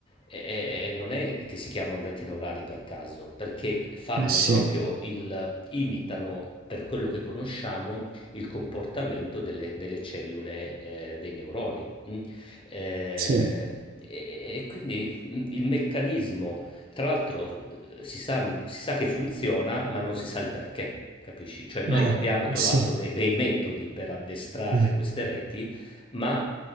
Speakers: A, on the left (about 25°); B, on the right (about 45°).
A: eh, eh, eh, non è che si chiamano reti neurali per caso, perché fanno
B: ma sì,
A: proprio il, imitano per quello che conosciamo il comportamento delle, delle cellule eh, dei neuroni. mm. Eh,
B: sì, eh,
A: e, e quindi mm, il meccanismo, tra l'altro, eh, si sa, si sa che funziona, ma non si sa il perché. Capisci? Cioè, noi
B: ma
A: abbiamo trovato
B: sì.
A: de- dei metodi per addestrare
B: Mm.
A: queste reti ma